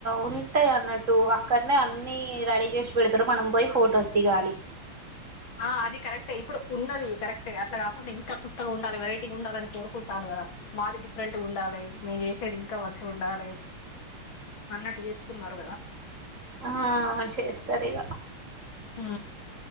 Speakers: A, on the right; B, on the left.
A: ఉంటాయి అన్నట్టు అక్కనేే అన్ని రడి చేసి పెడతారు మనం పోయి ఫోటోస్ దిగాలి
B: ఆ అది కరెక్ట్ ఇప్పుడు ఉన్నది కరెక్ట్ే అట్ కాకుండా ఇంకా కొత్తగా ఉండాలి వెరైటీగా ఉండాలని కోరుకుంటరు మాది డిఫరెంట్గా ఉండాలి మేము చేసేది ఇంకా మంచిగా ఉండాలి అన్నట్టు చేస్తున్నారు కద
A: ఆ చేస్తారు ఇగ
B: హు